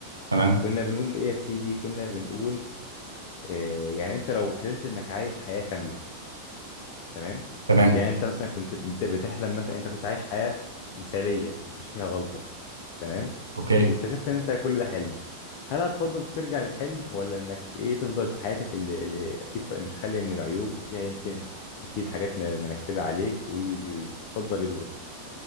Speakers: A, on the right; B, on the left.
A: تمام
B: كنا بنقول ايه يا سيدي كنا بنقول آه، يعني انت لو حلمت انك عايش حياه كامله تمام
A: تمام
B: يعني انت مثلا كنت بت- بتحلم مثلا انت كنت عايش حياة مثالية مفيش فيها غلطة تمام
A: اوكي
B: واكتشفت ان انت كل ده حلم هل هتفضل ترجع للحلم ولا انك ايه تفضل في حياتك اللي, اللي اكيد ط- مش خالية من العيوب وفيها يمكن اكيد حاجات م- منكدة عليك وي وي وي تفضل ايه بالظبط